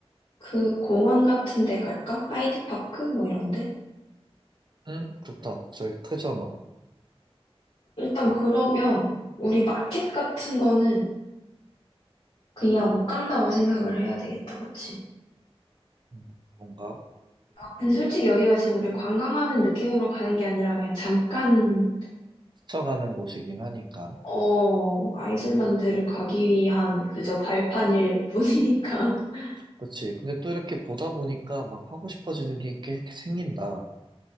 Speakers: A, on the left; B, on the right.
A: 그 공원 같은 데 갈까? 하이드파크? 뭐 이런데?
B: 응, 좋다. 저희 크잖아.
A: 일단 그러면 우리 마켓 같은 거는 그냥 못 간다고 생각을 해야 되겠다. 그치?
B: 음, 그런가?
A: 근데 솔직히 여기가 지금 우리 관광하는 느낌으로 가는 게 아니라 그냥 잠깐,
B: 스쳐가는 곳이긴 하니까.
A: 어, 아이슬란드를 가기 위한 그저 발판일 뿐이니까. <laughs>
B: 그치. 근데 또 이렇게 보다 보니까 막 하고 싶어지는 게 이렇게, 이렇게 생긴다.